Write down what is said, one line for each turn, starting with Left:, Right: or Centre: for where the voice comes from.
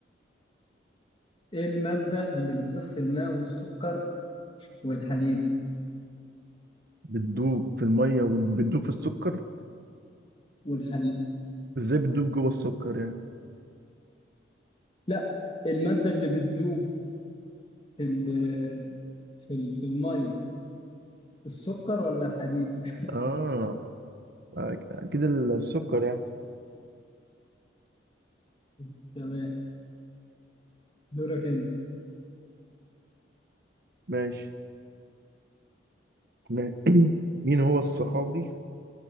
Left: ايه المادة اللي بتذوب في الماء والسكر والحديد
Right: بتدوب في الميه وبتدوب في السكر
Left: والحديد
Right: ازاي بتدوب جوه السكر يعني؟
Left: لا المادة اللي بتذوب في ال- في ال- في المي السكر ولا الحديد
Right: اه اكيد السكر يعني
Left: <laughs> تمام دورك انت
Right: ماشي ماشي <clears throat> مين هو الصحابي